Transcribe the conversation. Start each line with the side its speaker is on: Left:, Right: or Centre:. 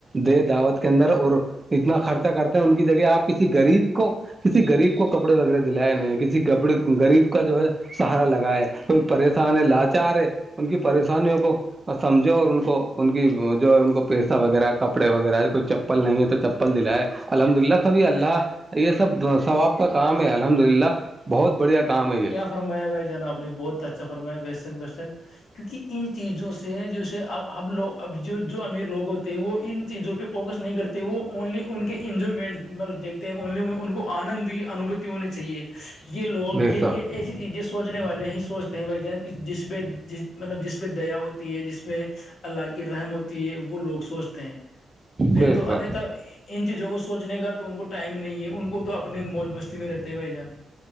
Right: دے دعوت کے اندر اور اتنا خرچہ کرتے ہیں ان کی جگہ آپ کسی غریب کو کسی غریب کو کپڑے وغیرہ دلائے نہیں کسی گبڑے غریب کا جو ہے سہارا لگائے کوئی پریشان ہے لاچار ہے ان کی پریشانیوں کو اور سمجھو اور ان کو ان کی جو ان کو پیسہ وغیرہ کپڑے وغیرہ کوئی چپل نہیں ہے تو چپل دلائے الحمد للہ تبھی اللہ یہ سب سب آپ کا کام ہے الحمد للہ بہت بڑھیا کام یہ
Left: کیا فرمایا بھائی جان آپ نے بہت اچھا فرمایا بےشک بےشک کیونکہ ان چیزوں سے جیسے اب لوگ اب جو جو امیر لوگ ہوتے ہیں وہ ان چیزوں پہ فوکس نہیں کرتے تو وہ اونلی ان کے انجوائمنٹ مطلب دیکھتے ہیں اونلی ان کو آنند انوبھتی ہونی چاہیے یہ لوگ
Right: بے
Left: یہ
Right: شک
Left: یہ ایسی چیز سوچنے والے ہی سوچ ہیں بھائی جان جس پہ جس مطلب جس پہ دیا ہوتی ہے جس میںہ اللہ کی رحم ہوتی ہے وہ لوگ سوچتے ہیں نہیں
Right: بے
Left: تو
Right: شک
Left: انیہتا ان چیزوں کو سوچنے کا تو ان کو ٹائم نہیں ہے ان کو تو اپنے موج مستی میں رہتے ہیں بھائی جان